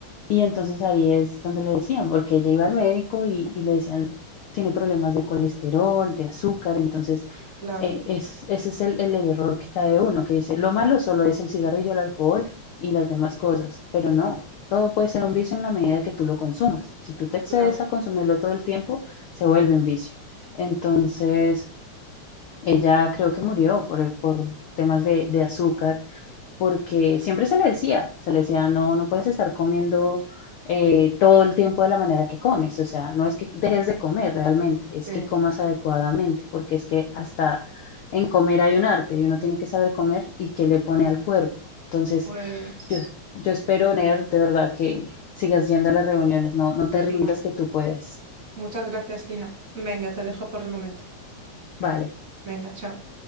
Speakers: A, on the left (about 65°); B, on the right (about 30°).
A: y entonces ahí es donde le decían, porque ella iba al médico y, y le decían, tiene problemas de colesterol, de azúcar, entonces
B: Claro,
A: eh, es, ese es el, el error que cae uno, que dice, lo malo solo es el cigarrillo, el alcohol y las demás cosas, pero no, todo puede ser un vicio en la medida que tú lo consumas. Si tú te excedes
B: claro.
A: a consumirlo todo el tiempo, se vuelve un vicio. Entonces, ella creo que murió por, por temas de, de azúcar porque siempre se le decía, se le decía, no, no puedes estar comiendo eh, todo el tiempo de la manera que comes, o sea, no es que dejes de comer realmente, es
B: Sí.
A: que comas adecuadamente, porque es que hasta en comer hay un arte y uno tiene que saber comer y qué le pone al cuerpo. Entonces,
B: Pues.
A: yo, yo espero, Ner, de verdad que sigas yendo a las reuniones, no, no te rindas
B: claro.
A: que tú puedes.
B: Muchas gracias, Lina. Venga, te dejo por el momento.
A: Vale.
B: Venga, chao.